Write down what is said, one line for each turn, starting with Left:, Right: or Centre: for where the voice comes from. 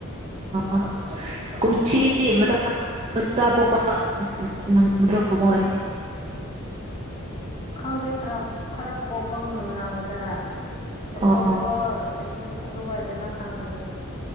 Right: ꯑ <unintelligible> ꯀꯨꯝꯁꯤꯗꯤ ꯃꯆꯥ ꯃꯆꯥ ꯄꯣꯛꯄ ꯅꯪꯗ꯭ꯔꯕ ꯃꯣꯏ
Left: ꯈꯪꯗꯦ ꯈꯔ ꯈꯔ ꯄꯣꯛꯄ ꯅꯪꯒꯗꯔꯥ ꯑꯣꯛꯇꯣꯕꯔ
Right: ꯑꯣ
Left: ꯅꯕꯦꯝ ꯑꯗꯨꯋꯥꯏꯗꯅ ꯈꯪꯒꯅꯤ